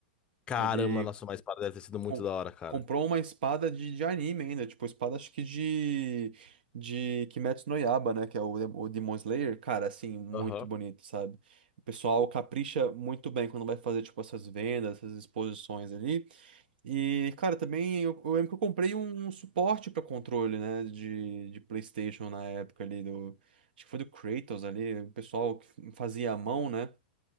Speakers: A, on the left; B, on the right.
A: Caramba,
B: Ele
A: nossa, mas para deve ter sido muito
B: com-
A: da hora, cara.
B: comprou uma espada de, de anime ainda, tipo, espada acho que de, de Kimetsu no Yaiba, né, que é o, de- o Demon Slayer, cara, assim, muito
A: Aham.
B: bonito, sabe? O pessoal capricha muito bem quando vai fazer, tipo, essas vendas, essas exposições ali. E, cara, também eu, eu lembro que eu comprei um, um suporte para controle, né, de, de PlayStation na época ali do... Acho que foi do Kratos ali, o pessoal que fazia à mão, né?